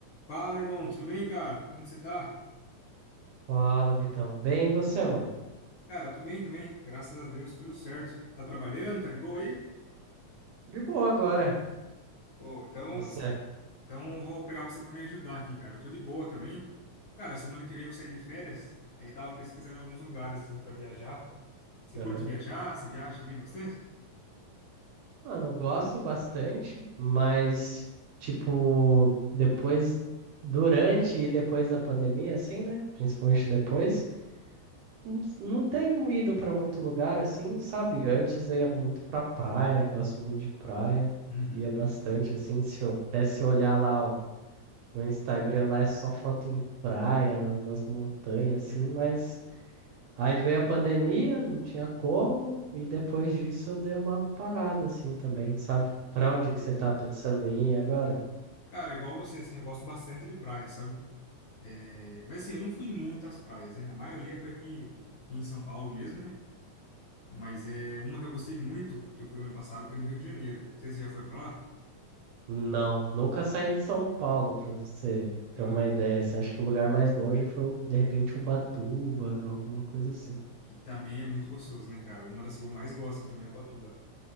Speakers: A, on the left; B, on the right.
A: Fala, irmão, tudo bem, cara? Como que você tá?
B: Fala, Vitão. Bem, e você, mano?
A: Cara, tô bem também, graças a Deus, tudo certo. Tá trabalhando? Tá de boa aí?
B: De boa agora.
A: Pô, então,
B: E Você?
A: então eu vou pegar você pra me ajudar aqui, cara. Eu tô de boa também. Cara, semana que vem eu vou sair de férias, aí eu tava pesquisando alguns lugares, assim, pra viajar. Você
B: Aham.
A: curte viajar? Você viaja também bastante?
B: Mano, eu gosto bastante, mas, tipo, depois, durante e depois da pandemia, assim, né? Principalmente depois, não não tenho ido pra muito lugar, assim, sabe? Antes eu ia muito pra praia, gosto muito de praia,
A: Uhum.
B: ia bastante, assim, se eu, até se eu olhar lá ó, no Instagram, lá é só foto em praia, na- nas montanhas, assim,
A: <laughs>
B: mas. Aí veio a pandemia, não tinha como, e depois disso deu uma parada assim também, sabe? Pra onde
A: E,
B: que você tá pensando em ir agora?
A: cara, igual você, assim, eu gosto bastante de praia, sabe? É, mas assim, eu não fui muito às praias, né? A maioria foi aqui em São Paulo mesmo, né? Mas é uma que eu gostei muito, que eu fui ano passado, foi no Rio de Janeiro. Não sei se você já foi pra lá?
B: Não, nunca saí de São Paulo, pra você
A: Aham.
B: ter uma ideia, assim, acho que o lugar mais longe foi, o- de repente, Ubatuba, alguma coisa assim.
A: Que também é muito gostoso, né, cara? Uma das que eu mais gosto, assim, também é Ubatuba.